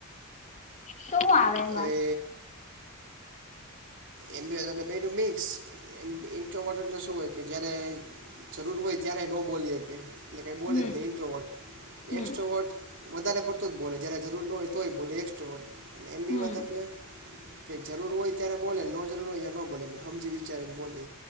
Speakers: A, on the left (about 35°); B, on the right (about 60°).
A: શું આવે એમાં
B: હવે એમ બી એટલે બેજ મિક્સ એમ ઇન્ટ્રો વટર તો શું હોય કે જયારે જરૂર હોય ત્યારેય ન બોલીકે એ કઈ બોલે
A: હમ
B: જ નહી ઇન્ટ્રોવટ
A: હમ
B: એસ્ટ્રોવટ વધારે પડતો જ બોલે જ્યારે જરૂર ન હોય તોય બોલે એસ્ટ્રો વટ અને એમ બી
A: હમ
B: વાત એટલે કે જરૂર હોય ત્યારે બોલેને નો જરૂર હોય નો બોલે સમજી વિચારી ને બોલે